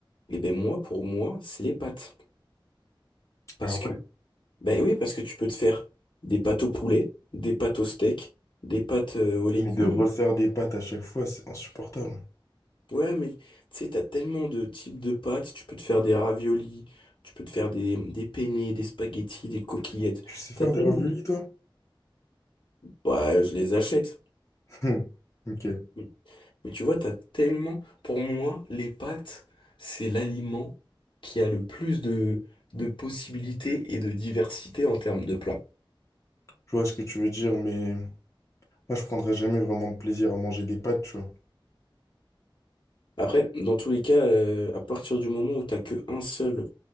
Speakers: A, on the left; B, on the left.
A: eh ben moi, pour moi, c'est les pâtes. Parce
B: Ah
A: que
B: ouais.
A: Ben oui, parce que tu peux te faire des pâtes au poulet, des pâtes au steak, des pâtes euh, aux légumes.
B: Mais de refaire des pâtes à chaque fois, c'est insupportable.
A: Ouais, mais tu sais, t'as tellement de types de pâtes. Tu peux te faire des raviolis, tu peux te faire des, des penne, des spaghettis, des coquillettes.
B: Tu sais faire
A: T'as tellement...
B: des raviolis, toi?
A: bah je les achète.
B: <laughs> Hum, Ok, je
A: Mais, mais tu vois, t'as tellement... Pour moi, les pâtes, c'est l'aliment qui a le plus de, de possibilités et de diversité en termes de plats.
B: vois ce que tu veux dire, mais moi, je prendrais jamais vraiment de plaisir à manger des pâtes, tu vois.
A: Après, dans tous les cas, euh, à partir du moment où t'as que un seul